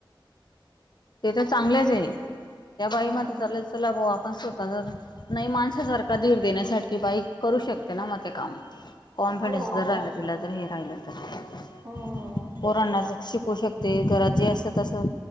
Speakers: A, on the left; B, on the right.
A: ते तर चांगल्याच आहे त्या बाईमध्ये
B: हम्म
A: चला चला भाऊ आपण स्वतःचा नाही माणसासारखा धीर देण्यासाठी बाईक करू शकते ना मते कामे कॉन्फिडन्स
B: हो
A: जर राहिला तला तर हे राहिलं तर
B: हम्म
A: कोरांनाच
B: तेच ना
A: शिकू शक ते घर जे असतं तसं